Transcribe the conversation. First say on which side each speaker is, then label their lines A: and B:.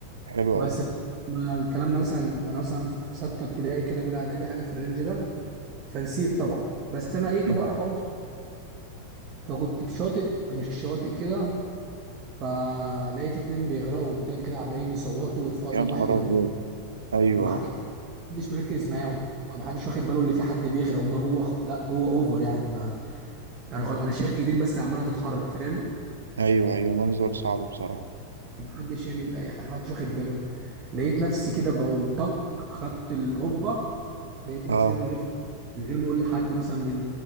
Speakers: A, on the right (about 70°); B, on the right (about 35°).
A: حلو
B: بس
A: قوي
B: ما الكلام ده مثلا وأنا مثلا في ستة ابتدائي كده أولى إعدادي حاجة في الرينج ده فنسيت طبعا بس أنا إيه
A: مم.
B: كان بعرف أعوم فكنت في شاطئ مش شاطئ كده فلقيت اتنين بيغرقوا قدام كده عمالين يصوتوا ويرفعوا ايديهم
A: يا نهار
B: واحد
A: ابيض ايوه
B: ومر محدش مركز معاهم محدش واخد باله اللي في حد بيغرق هم جوه خ... لا جوه اوفر يعني ما انا خل... انا شايف ايدين بس عماله تتحرك فاهم
A: ايوه ايوه منظر صعب بصراحة
B: محدش يعمل اي حاجه محدش واخد باله لقيت نفسي كده بقوم طق خدت الهبه لقيت نفسي
A: اه
B: كده من غير من غير ما اقول لحد مثلا من